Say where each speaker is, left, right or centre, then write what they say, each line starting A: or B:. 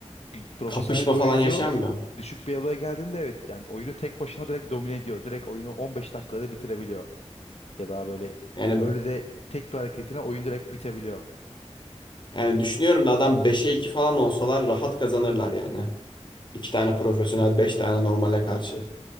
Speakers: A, on the left (about 65°); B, on the left (about 40°).
A: Gü- Profesyonel
B: kapışma
A: bir
B: falan
A: oyuncu
B: yaşanmıyor.
A: düşük bir eloya geldiğinde evet yani oyunu tek başına direkt domine ediyor. Direkt oyunu 15 dakikada bitirebiliyor. Ya da böyle
B: Yani
A: öyle de tek bir hareketine oyun direkt bitebiliyor.
B: Yani düşünüyorum da adam 5'e 2 falan olsalar rahat kazanırlar yani. iki tane profesyonel, 5 tane normale karşı.